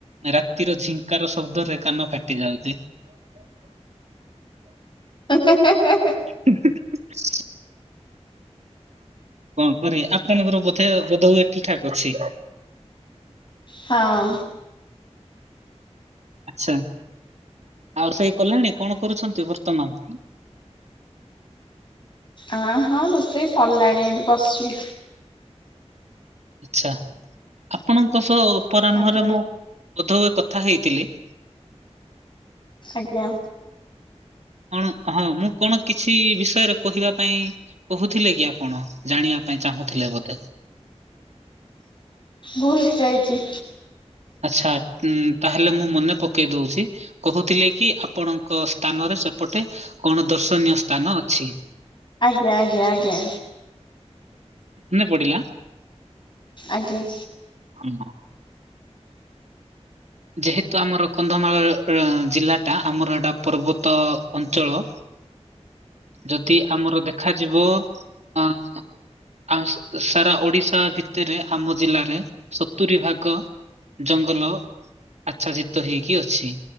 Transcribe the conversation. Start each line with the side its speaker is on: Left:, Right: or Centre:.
Right: ରାତିର ଝିଙ୍କାର ଶବ୍ଦରେ କାନ ଫାଟି ଯାଉଛି।
Left: ହେ ହେ ହେ ହେ।
Right: <inaudible> କଣ କର ଆପଣଙ୍କର ବୋଧେ ବୋଧ ହୁଏ ଠିକ ଠାକ ଅଛି।
Left: ହଁ।
Right: ଆଛା ଆଉ ସେଇ କଲେଣି। କଣ କରୁଛନ୍ତି ବର୍ତ୍ତମାନ?
Left: ଅ ହଁ ରୋଷେଇ ସରିଲାଣି। ଏଠି ବସିଛି।
Right: ଆଛା ଆପଣଙ୍କ ସହ ଅପରାହ୍ନରେ
Left: ଆଜ୍ଞା
Right: ମୁଁ ବୋଧ ହୁଏ କଥା ହେଇଥିଲି।
Left: ଆଜ୍ଞା।
Right: କଣ ହଁ ମୁଁ କଣ କିଛି ବିଷୟରେ କହିବା ପାଇଁ କହୁଥିଲେ କି ଆପଣ? ଜାଣିବା ପାଇଁ ଚାହୁଁଥିଲେ ବୋଧେ?
Left: ଭୁଲି ଯାଇଛି।
Right: ଆଛା ଉ ତାହେଲେ ମୁଁ ମନେ ପକେଇ ଦଉଛି। କହୁଥିଲେ କି ଆପଣଙ୍କ ସ୍ଥାନରେ ସେପଟେ କଣ ଦର୍ଶନୀୟ ସ୍ଥାନ ଅଛି।
Left: ଆଜ୍ଞା ଆଜ୍ଞା ଆଜ୍ଞା।
Right: ମନେ ପଡିଲା।
Left: ଆଜ୍ଞା।
Right: ହଁ ହଁ। ଯେହେତୁ ଆମର କନ୍ଧମାଳ ଜିଲ୍ଲାଟା ଆମର ଏଇଟା ପର୍ବତ ଅଞ୍ଚଳ। ଯଦି ଆମର ଦେଖାଯିବ ଅ ଆଉ ସାରା ଓଡିଶା ଭିତରେ ଆମ ଜିଲ୍ଲାରେ ସତୁରି ଭାଗ ଜଙ୍ଗଲ ଆଚ୍ଛା ଯିତ ହେଇକି ଅଛି।